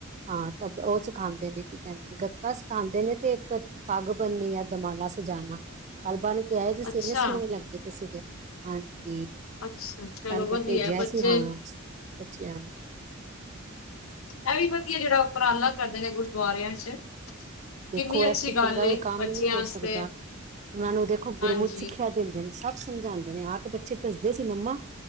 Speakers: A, on the right (about 35°); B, on the left (about 75°).
A: ਹਾਂ ਤ ਉਹ ਸਿਖਾਉਂਦੇ ਨੇ ਕੀ ਕਹਿੰਦੇ ਨੇ ਗਤਕਾ ਸਿਖਾਉਂਦੇ ਨੇ ਤੇ ਇੱਕ। ਪੱਗ ਬਣਨੀ ਜਾਂ ਦੁਮਾਲਾ ਸਜਾਨਾ। ਕਲ ਬਨ ਕੇ ਦੇ ਆਏ ਸੀਗੇ,
B: ਅੱਛਾ
A: ਇੰਨੇ ਸੋਹਣੇ ਲੱਗਦੇ ਪਏ ਸੀਗੇ ਹਾਂਜੀ।
B: ਅੱਛਾ ਚਲੋ
A: ਕੱਲ
B: ਵਧੀਆ
A: ਮੈਂ ਭੇਜਿਆ
B: ਬੱਚੇ
A: ਸੀ ਹਾਂ ਬੱਚਿਆਂ ਨੂੰ।
B: ਇਹ ਵੀ ਵਧੀਆ ਜਿਹੜਾ ਉਪਰਾਲਾ ਕਰਦੇ ਨੇ ਗੁਰਦੁਆਰਿਆਂ ਚ। ਕਿੰਨੀ
A: ਦੇਖੋ ਇਸ
B: ਅੱਛੀ
A: ਤੋਂ
B: ਗੱਲ
A: ਚੰਗਾ
B: ਏ
A: ਕੋਈ ਕੰਮ
B: ਬੱਚਿਆਂ
A: ਨਹੀਂ ਹੋ
B: ਵਾਸਤੇ
A: ਸਕਦਾ, ਉਹਨਾਂ ਨੂੰ ਦੇਖੋ
B: ਹਾਂਜੀ
A: ਗੁਰਮਤ ਸਿੱਖਿਆ। ਦਿੰਦੇ ਨੇ, ਸਭ ਸਮਝਾਉਂਦੇ ਨੇ ਆ ਕੇ ਬੱਚੇ ਦੱਸਦੇ ਸੀ ਮੰਮਾ